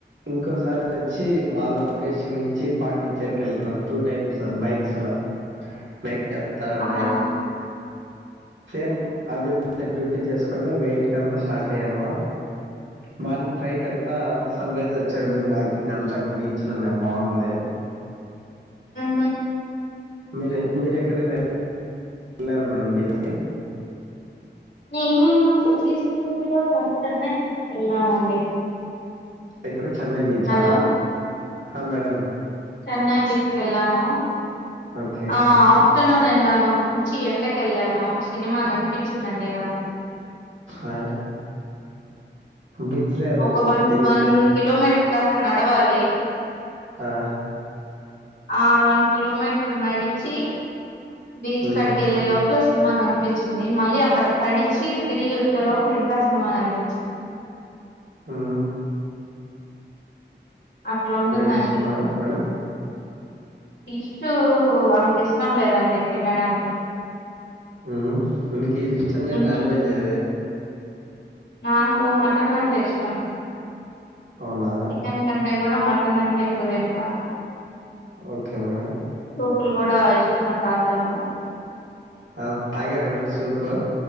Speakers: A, on the right; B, on the left.
A: ఇంకోసారి వచ్చి మా లొకేషన్ నుంచి పాండిచ్చేరికి వెళ్ళాం టూ టైమ్స్ బైక్స్ లో నైట్ పెద్ద
B: ఆహా
A: డ్రైవింగ్ సేమ్ అదింత డ్యూటీ చేసుకొని వెయిట్ కంతా స్టార్ట్ అయ్యామా మార్నింగ్ ఫైవ్ కి అంతా సన్ రైజర్ వచ్చేటప్పుడు వాకింగ్ అంతాంగా బీచ్ లోనే బాగుంది
B: ఆహా
A: మీరే మీరు ఎక్కడైనా వెళ్ళారా మేడం బయటకి
B: నేను రీసెంట్ గా చెన్నై బీచ్ కు వెళ్ళానండి
A: ఎక్కడ చెన్నై బీచ్
B: హలో
A: ఆ హ మేడమ్
B: చెన్నై బీచ్ కు వెళ్ళాను
A: ఓకే
B: ఆ ఆఫ్టర్నూన్ వెళ్ళాను మళ్లీ చి ఎండ కెళ్ళాను సినిమా కనిపించిందండి నాకు
A: ఆ బీచ్ లో
B: ఒక వన్
A: ఎల్లు
B: వన్ కిలోమీటర్ అందాక నడవాలి
A: ఆ
B: ఆ వన్ కిలోమీటర్ నడిచి బీచ్
A: ఉమ్,
B: కాడికి వెళ్ళే లోపు ఇప్పుడె సినిమా కనిపించింది మళ్ళీ అక్కడ తడిచి తిరిగి వచ్చేలోపల ఇంకా సినిమా కనిపించింది
A: హు
B: అట్లుంటుందండి
A: ఇష్టమా మేడం
B: ఫిష్ ఉ అంత ఇ ఇష్టం లేదండి తినడానికి
A: ఉ మీకి ఇష్టమైన
B: ఉహు
A: నాన్వెజ్ ఏది
B: నాకు మటన్ అంటే ఇష్టం
A: అవునా
B: చికెన్ కంటే కూడా మట్ మటన్ అంటే ఎక్కువ తింటాను
A: ఓకే మేడం
B: ఇప్పుడు కూడా ఇష్టంగా తాగుతాను
A: ఆ తాగార ఎప్పుడన్న సూపు